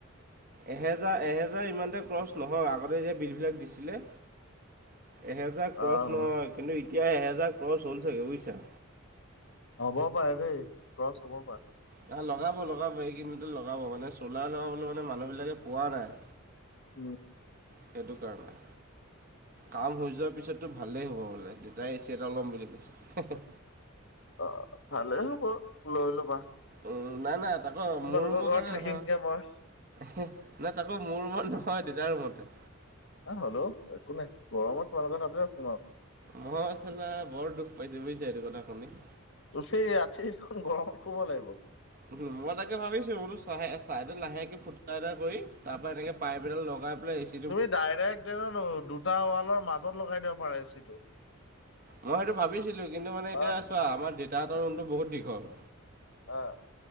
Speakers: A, on the right (about 45°); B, on the left (about 65°).
A: এহেজাৰ এহেজাৰ ইমানতে ক্ৰছ নহয় আগতে এই বিলবিলাক দিছিলে। এহেজাৰ ক্ৰছ
B: আহ
A: নহয়, কিন্তু এতিয়া এহেজাৰ ক্ৰছ হ'ল চাগে বুজিছা?
B: হ'ব পাৰে দেই ক্ৰচ হ'ব পাৰে।
A: না লগাব লগাব এইকিদিনতে লগাব, মানে চলাৰ লগাবলৈ মানে মানুহবিলাকে পোৱা নাই?
B: উম।
A: সেইটো কাৰণে, কাম হৈ যোৱাৰ পিছতটো ভালেই হ'ব বোলে। তাই এ চি এটা ল'ম বুলি কৈছে।
B: অ ভালেই হ'ব লৈ ল'বা।
A: উম' নাই নাই তাকো
B: তোমালোকৰ
A: মোৰ ৰুমৰ
B: ঘৰত
A: কাৰণে
B: থাকিমগে
A: নহয়?
B: মই
A: হুম, নাই তাকো মোৰ ৰুমত নহয় দেউতাৰ ৰুমতহে।
B: হ'লেও একো নাই, গৰমত তোমালোকৰ তাতে ৰখিম আও।
A: মই চালা বৰ দুখ পাইছ বুজিছা এইটো কথা শুনি?
B: তূফি আঠি দেখুন গৰমত শুব লাগিব।
A: উম' মই তাকে ভাবিছো বোলো চাহে চাইডত লাহেকে ফুটা এটা কৰি, তাৰ পৰা এনেকে পাইপ এডাল লগাই পেলাই ইচ
B: তুমি ডাইৰেক্টো দুটা ৱালৰ মাজত লগাই দিব পাৰা এচিটো।
A: মই সেইটো ভাবিছিলো কিন্তু মানে, এতিয়া
B: অহ
A: ছোৱা আমাৰ দেউতাহঁতৰ মনটো বহুত দীঘল।
B: অহ'।